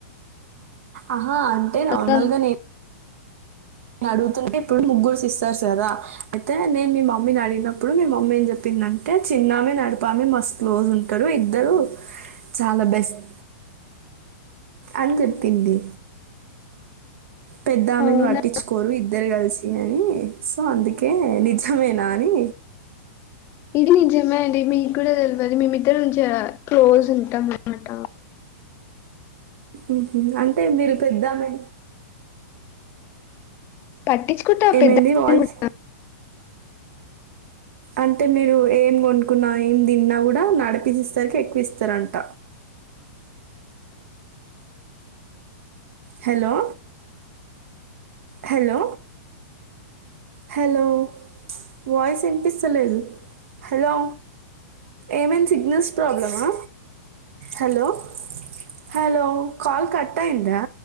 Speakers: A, on the right; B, on the left.
A: ఆహా అంటే నార్మల్గా
B: కేవలం.
A: నేన్ నా అడుగుతుంటే ఇప్పుడు ముగ్గురు సిస్టర్స్ గదా. అయితే నేను మీ మమ్మీని అడిగినప్పుడు, మీ మమ్మీ ఏం చెప్పింద్ దాంటే చిన్నమ, నడిపామే మస్త్ క్లోజ్ ఉంటారు. ఇద్దరు చాలా బెస్ట్ అని చెప్పింది. పెద్దామెను
B: అవునా
A: పట్టించుకోరు, ఇద్దరు కలిసి అని సో అందుకే,
B: ఆ,
A: నిజమేనా అని?
B: ఇది నిజమే అండి. మీకు కూడా తెల్వాది, మేమిద్దరం, జ క్లోజ్ ఉంటాం అనమాట.
A: ఉహ్ హు అంటే మీరు పెద్దామే
B: పట్టించుకుంటా
A: ఏమైంది
B: పెద్ద
A: వాయిస్ అంటే మీరు ఏం కొనుక్కున్నా, ఏం తిన్నా, కూడా నడిపి సిస్టర్కే ఎక్కువ ఇస్తారంట. హలో హలో హలో ప్చ్ వాయిస్ ఇన్పిస్తలేదు? హలో! ఏమైన్ సిగ్నల్స్ ప్రాబ్లమా? హలో! Hello call కట్టాయిందా?